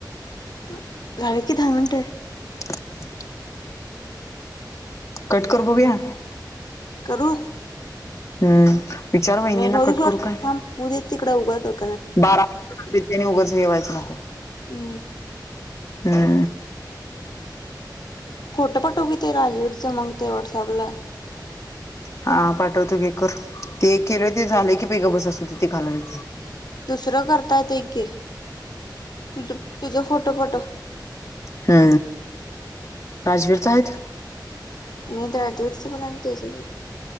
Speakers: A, on the left; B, on the left.
A: झालेत कि दहा मिनटं.
B: <inaudible> कट कर बघूया.
A: करू.
B: हम्म, विचारु वहिनींना
A: नाही राहूदे
B: कट
A: सोड
B: करू काय
A: थांब होऊ दे तिकड उगचंच
B: बारा आणि तिने उगच हे व्हायचं नको
A: ऊ
B: हा
A: फोटो पाटव की ते राजवीरचं मग ते व्हॉट्सअपला
B: हा पाठवतो की करु. ते केलंय ते झालेय की गप बस असूदे ति कालवेल.
A: दुसरं करता येतय की तुझ तुझ फोटो पाठव
B: हा राजवीरच आहेत.
A: नाही राजवीर पण हाय आन